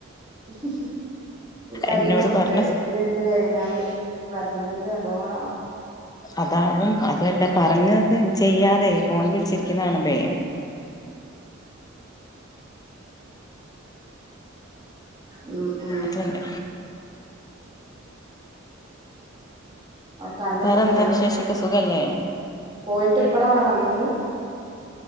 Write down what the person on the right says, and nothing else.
ഹി ഹി ഹി ടൈമിന്
ഏഹ് ഇസ്തിരി ഇട്ട് കഴിഞ്ഞാല് കറണ്ട് ബില്ല് നല്ലോണം ആ-
ഉം... ഉം...
അപ്പൊ തന്നെ
ഇസ്തിരിട്ട്
പോയിട്ട് ഇപ്പളാണോ വന്നത്?